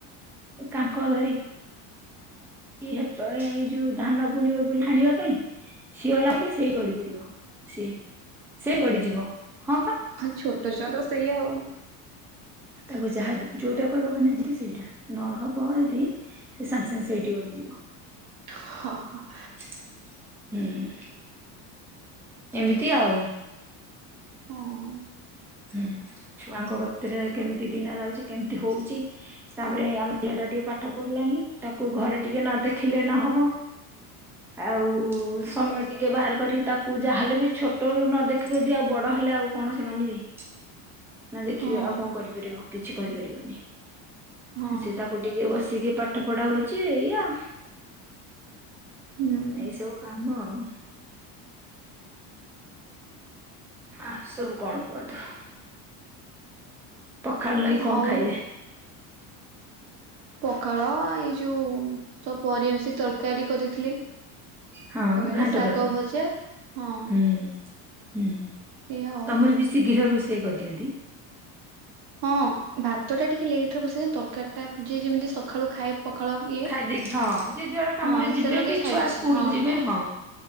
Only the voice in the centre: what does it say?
<unintelligible> ଏଇ ଯୋଉ ଧାନ ବୁଣିବ ବୋଲି ହାଣିବା ପାଇଁ, ସିଏ ଗଲା ହେ କିି ସେଇି ଗଡି ପଡିବ। ସିଏ, ସେ ଗଡିଯିବ, ହଁ ପା।
ତାକୁ ଯାହା ଯୋଉଟା କହିବ ମାନେ ଯ ସେଇଟା, ନହବ ଯଦି ସେ ସାଙ୍ଗେ ସାଙ୍ଗେ ସେଇଠି ଗଡିଯିବ।
<unintelligible> ଏମିତି ଆଉ।
ହୁଁ, ଛୁଆଙ୍କ କତିରେ କେମିତି ଦିନ ଯାଉଛି? କେମିତି ହଉଛି? ତାପରେ ଆମେ ଝିଅ ଟା ଟିକେ ପାଠ ପଢ଼ିଲାଣି। ତାକୁ ଘରେ ଟିକେ ନ ଦେଖିଲେ ନହବ।
ଆଉ ସମ ଟିକେ ବାହାର କରି ତାକୁ ଯାହେଲେ ବି, ଛୋଟରୁ ନ ଦେଖିବୁ ଯଦି ଆଉ ବଡ ହେଲେ ଆଉ କଣ ସେମାନେ ବି। ନା ଦେଖିବେ
ଆଉ କଣ କରିପାରିବ? କିଛି କରିପାରିବନି।
ସେ ତାକୁ ଟିକେ ବସିକି ପାଠ ପଢା ହଉଛି ଏଇଆ।
ଏଇ ସବୁ କାମ ଆଉ।
ଆ ସବୁ କଣ କୁହନ୍ତୁ? ପଖାଳ ଲାଗି କଣ
ଖାଇଲେ?
ହଁ,
ଘାଣ୍ଟ
ତରକାରି,
ହୁଁ ହୁଁ,
ତମର ବି ଶୀଘ୍ର ରୋଷେଇ କରିଦିଅନ୍ତି।
ଖାଇଦେଇକି ହଁ ଯିଏ ଯୁଆଡେ କାମରେ
ଯିବେ
କି
ଛୁଆ ସ୍କୁଲ
ଯିବେ ହଁ,